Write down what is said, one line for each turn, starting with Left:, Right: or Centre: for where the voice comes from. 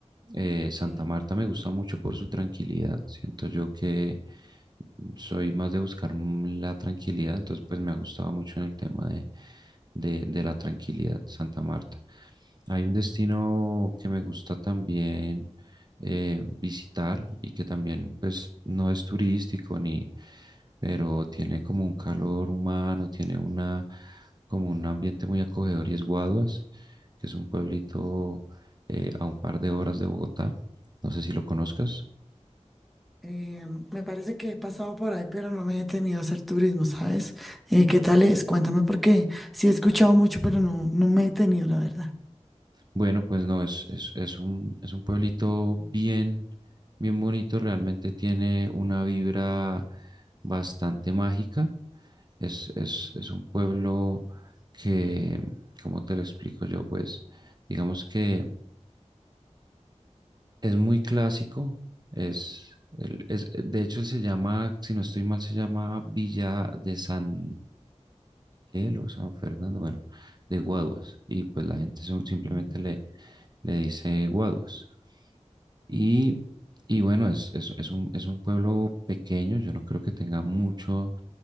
Right: Eh, Santa
Centre: sí.
Right: Marta me gusta mucho por su tranquilidad. Siento yo que soy más de buscar mm, la tranquilidad, entonces pues me ha gustado mucho en el tema de, de, de la tranquilidad Santa Marta. Hay un destino que me gusta también eh, visitar y que también pues no es turístico ni, pero tiene como un calor humano, tiene una como un ambiente muy acogedor y es Guaduas, que es un pueblito eh, a un par de horas de Bogotá. No sé si lo conozcas.
Centre: Eh, me parece que he pasado por ahí, pero no me he detenido a hacer turismo, ¿sabes? Eh, ¿qué tal es? Cuéntame porque sí he escuchado mucho, pero no, no me he detenido, la verdad.
Right: Bueno, pues no, es, es, es un, es un pueblito bien, bien bonito, realmente tiene una vibra bastante mágica. Es, es, es un pueblo que, ¿cómo te lo explico yo? Pues digamos que es muy clásico, es, el- es- de hecho él se llama, si no estoy mal, se llama Villa de San Miguel o San Fernando, bueno, de Guaduas, y pues la gente son- simplemente
Centre: Ujú,
Right: le, le dice Guaduas. Y, y bueno, es, es, es un, es un pueblo pequeño, yo no creo que tenga mucho,